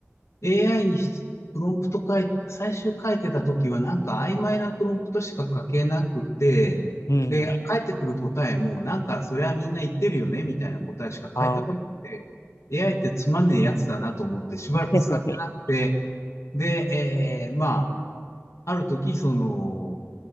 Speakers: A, on the left; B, on the left.
A: AI にしプロンプト書い、最終書いてた時はなんか曖昧なプロンプトしか書けなくて、
B: うん。
A: で、返ってくる答えもなんかそれはみんな言ってるよねみたいな答えしか返ってこなくて、
B: ああ。
A: AI ってつまんねえやつだなと思ってしばらく使ってなくて、
B: <laughs>
A: で、えーまあ、ある時その、